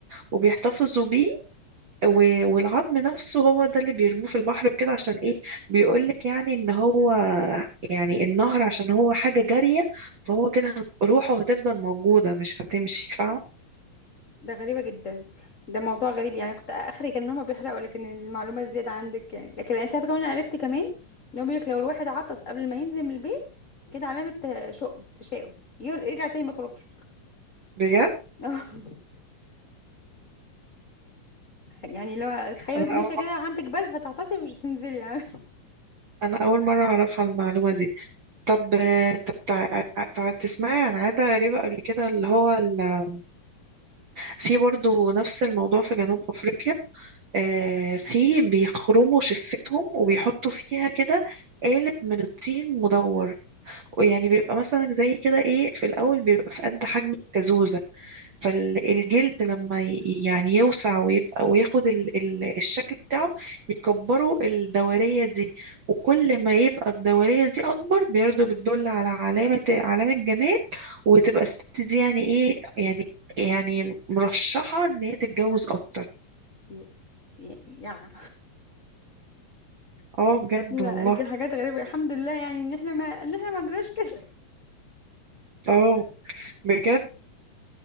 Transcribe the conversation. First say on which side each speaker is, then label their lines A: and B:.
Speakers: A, on the right; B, on the left.
A: وبيحتفظوا بيه و- والعظم نفسه هو ده اللي بيرموه في البحر وكده عشان ايه بيقولك يعني ان هو يعني النهر عشان هو حاجة جارية فهو كده روحه هتفضل موجودة مش هتمشي فاهمة
B: ده غريبة جدا ده موضوع غريب يعني أنا كنت اخري كان إن هما بيحرقوا لكن المعلومة الزيادة عندك يعني لكن انت عارفة كمان أنا عرفت كمان ان هو بيقولك لو الواحد عطس قبل ما ينزل من البيت كده علامة ت- شؤم تشاؤم ير- يرجع تاني ما يخرجش
A: بجد
B: <laughs> يعني لو تخيل
A: انا
B: انت ماشية
A: اول مرة
B: كده عندك برد فتعطسي مش هتنزلي يعني
A: انا اول مرة اعرفها المعلومة دي طب آه، طب تع- تع- تسمعي عن عادة غريبة قبل كده اللي هو ال... في برضو نفس الموضوع في جنوب افريقيا آه، في بيخرموا شفتهم وبيحطوا فيها كده آلة من الطين مدور ويعني بيبقى مثلا زي كده ايه في الاول بيبقى في قد حجم الكازوزة فالجلد لما ي- يعني يوسع ويبقى وياخد ال ال الشكل بتاعه يكبروا الدورية دي وكل ما يبقى الدورية دي أكبر برضه بتدل على علامة علامة جمال وتبقى الست دي يعني ايه يعني يعني مرشحة إن هي تتجوز أكتر
B: <laughs> ي- ي- يع
A: اه بجد
B: لا
A: والله
B: دي حاجات غريبة الحمد لله يعني ان احنا ما ان احنا ما عندناش كده
A: اه بجد